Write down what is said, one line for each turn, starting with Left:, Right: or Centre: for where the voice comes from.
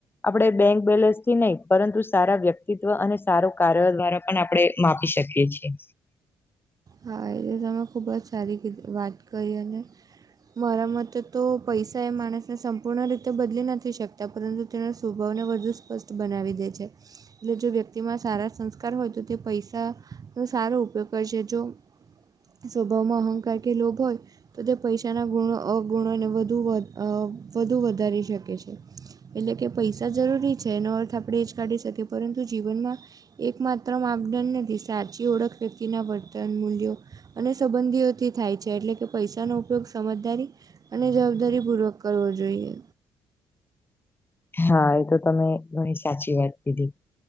Left: આપડે બેંક બેલેન્સથી નહી પરંતુ સારા વ્યક્તિત્વ અને સારો કાર્ય દ્વારા પણ આપણે માપી શકીએ છે.
Right: હા એ તમે ખૂબ જ સારી કી વાત કરી અને મારા મતે તો પૈસા એ માણસને સંપૂર્ણ રીતે બદલી નથી શક તા પરંતુ તેના સ્વભાવને વધુ સ્પષ્ટ બનાવી દે છે, એટલે જો વ્ય તિમાં સારા સંસ્કાર હોય તો તે પૈસાનો સારો ઉપયોગ કરશે. જો સ્વભાવમાં અહંકાર કે લોભ હોય તો તે પૈસાના ગુણો અ ગુણોને વધુ વ અ વધુ વધારી શકે છે. એટલે કે પૈસા જરૂરી છે, એનો અર્થ આપણે એ જ કાઢી શકીએ પરંતુ જીવનમાં એકમાત્ર માપદંડ નથી સાચી ઓળખ વ્યક્તિના તન મૂલ્યો અને સંબંધીઓથી થાય છે, એટલે કે પૈસાનો ઉપયોગ સમજદારી અને જવાબદારી પૂર્વક કરવો જોઈએ.
Left: હા એ તો તમે ઘણી સાચી વાત કીધી